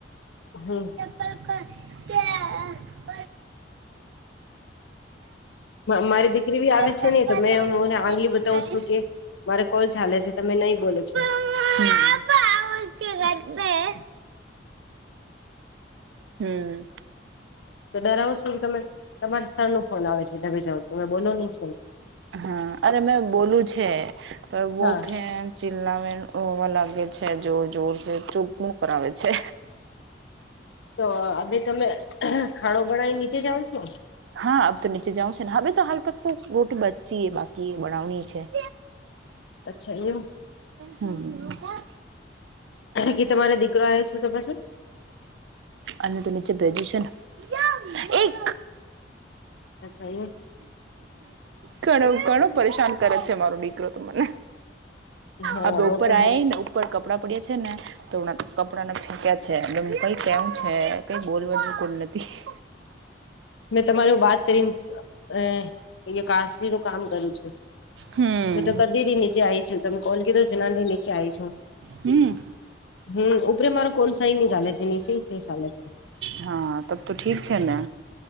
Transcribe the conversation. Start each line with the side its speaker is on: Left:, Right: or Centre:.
Left: હમ
Right: <unintelligible>
Left: મારી દીકરી ભી આવે
Right: ચપ્પલ
Left: છે તમે મને આંગલી બતાવું છું કે મારા કોલ ચાલે છે તમે નહી બોલે છો
Right: <inaudible> હમ
Left: તો ડરાવો છો કે તમે તમારે સર નો ફોન આવે છે ડબી જાવ તમે બોલો નહીં
Right: હા અરે મેં બોલું છે પણ બો
Left: હા
Right: ફે ચિલ્લા મે હોવા લાગે છે જોર જોર ચોગપુણ કરાવે છે
Left: તો અભ તમે ખાડો બનાવી નીચે જાઓ છો.
Right: હા આ તો નીચે જાઉ છેને, હવે તો હાલ ત તો રોટી બચી બાકી બનાવણી છે.
Left: અચ્છા એ
Right: હમ
Left: કે તમારે દીકરો આવ્યો છે તો પછ
Right: અને <unintelligible> ને એક
Left: અછ એએ
Right: ઘણું ઘણું પરેશાન કરે છે મારો દીકરો તો મને.
Left: હા
Right: આ બે
Left: વો
Right: ઉપર
Left: તો
Right: આ
Left: હે
Right: ને ઉપર કપડાં પડ્યા છે ને. તો હણા કપડા ફેંક્યા છે એ કઈ કેવ છે કઈ બોલ બાજુ કોઈ નથી. <inaudible>
Left: મેં તમાર બાત કરીને અ અહી કાસલી નું કામ કરું છું.
Right: હમ્મ.
Left: મેં તો કદી થી નીચે આવી છું તમે કોલ કીધો જથી નીચે આઈ છું.
Right: હમ્મ.
Left: હમ્મ ઉપરે મારો કોલ સહી ની ચાલે છે <unintelligible> ની ચાલે છે.
Right: હા તબ તો ઠીક છે ને.